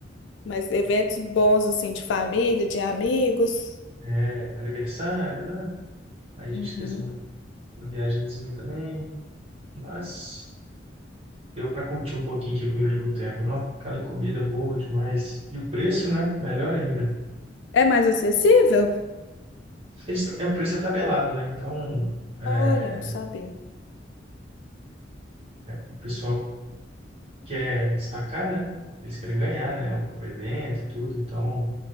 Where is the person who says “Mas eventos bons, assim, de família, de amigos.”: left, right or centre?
Left